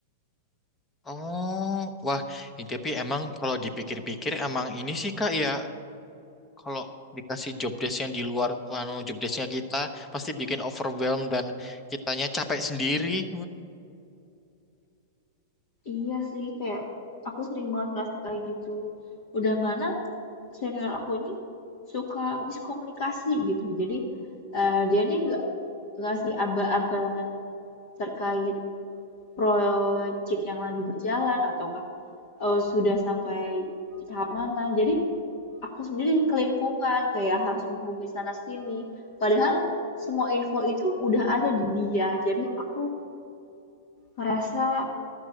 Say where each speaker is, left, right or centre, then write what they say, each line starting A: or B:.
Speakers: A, on the left; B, on the left.
A: Oh, wah, i- tapi emang kalau dipikir-pikir emang ini sih Kak ya, kalau dikasih job desk yang di luar anu job desknya kita pasti bikin overwhelm dan kitanya capek sendiri.
B: Iya sih kayak aku sering banget ngerasa kayak gitu. Udah mana senior aku ini suka miskomunikasi gitu. Jadi eh, dia nih nggak ngasih aba-aba terkait proyek yang lagi berjalan ataukah eh, sudah sampai tahap mana. Jadi aku sendiri kelimpungan kayak harus menghubungi sana sini. Padahal semua info itu udah ada di dia. Jadi aku ngerasa,